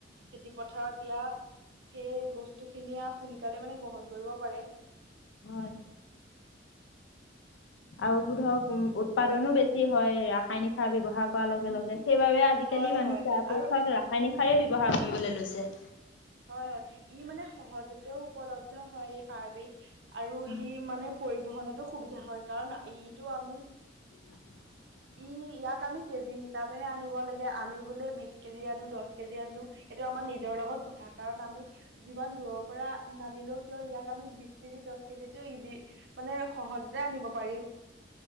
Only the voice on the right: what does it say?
খেতি পথাৰত দিয়া সেই বস্তু খিনিয়ে সোনকালে মানে গ্ৰহণ কৰিব পাৰে।
<unintelligible>
হয়
হয়
আৰু
হয় হয় ই মানে সহজতেও উপলব্ধ হয় সাৰবিধ আৰু
ই মানে পৰিবহনতো সুবিধা হয় কাৰণ ইটো আমি
ই ইয়াক আমি কেজি হিচাপেহে আনিব লাগে আমি বোলে বিশ কেজি আনো দহ কেজি আনো। এইটো আমাৰ নিজৰ লগত কথা কাৰণ আমি যিমান দূৰৰ পৰা নানিলেও কিয় ইয়াক আমি বিশ কেজি দহ কেজিতটো ইজি মানে সহজতে আনিব পাৰিম।